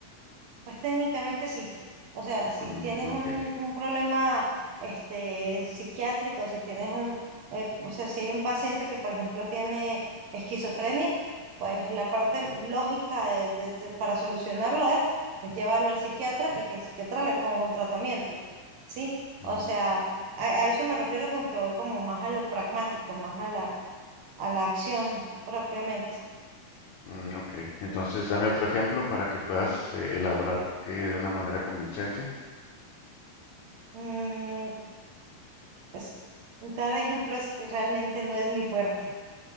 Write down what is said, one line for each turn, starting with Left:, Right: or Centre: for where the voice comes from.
Right: Pues técnicamente sí. O sea, si
Left: Mm,
Right: tienes
Left: ok.
Right: un, un problema este, psiquiátrico, si tienes un, eh, o sea, si hay un paciente que, por ejemplo, tiene esquizofrenia, pues la parte lógica de- de- de- para solucionarlo es, pues llevarlo al psiquiatra y que el psiquiatra le ponga un tratamiento, ¿sí? O
Left: Ujú.
Right: sea, a, a eso me refiero con que voy como más a lo pragmático, más a la, a la acción propiamente.
Left: Mm, ok. Entonces, dame otro ejemplo para que puedas eh, elaborar que de una manera convincente.
Right: Mm, pues, dar ejemplos realmente no es mi fuerte.